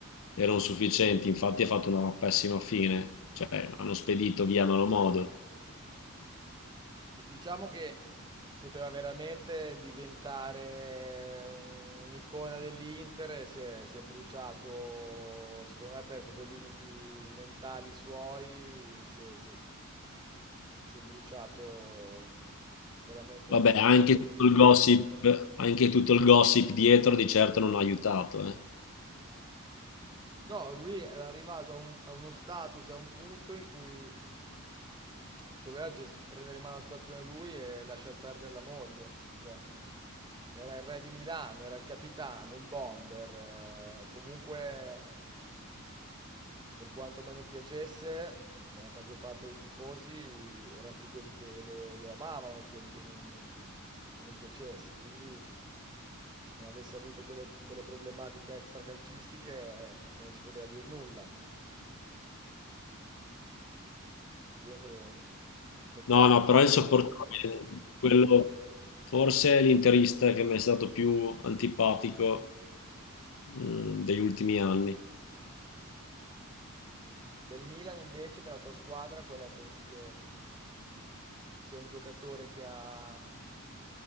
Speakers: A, on the left; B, on the right.
A: erano sufficienti, infatti ha fatto una pessima fine, cioè hanno spedito via a malo modo.
B: Sì, diciamo che poteva veramente diventare un'icona dell'Inter e si è, si è bruciato, secondo me, per proprio limiti mentali suoi, si è, si è- si è bruciato veramente
A: Vabbè,
B: l'occasione.
A: anche tutto il gossip, anche tutto il gossip dietro di certo non ha aiutato, eh.
B: No, lui era arrivato a, un- a uno status, a un punto in cui doveva gest- prendere in mano la situazione lui e lasciar perdere la moglie. Cioè, era il re di Milano, era il capitano, il bomber. eh, comunque, eh, per quanto a me non piacesse, la maggior parte dei tifosi erano più quelli che lo, lo amavano e quelli che non, non- a cui non piacesse. Quindi se non avesse avuto quelle, quelle problematiche extracalcistiche, eh, non si poteva dire nulla. Quindi è stato un, un- un peccato.
A: No, no, però è insopportabile. Quello, forse è l'interista che mi è stato più antipatico mm, degli ultimi anni.
B: Del Milan, invece, della tua squadra, qual è? Pensi che, che sia un giocatore che ha, ha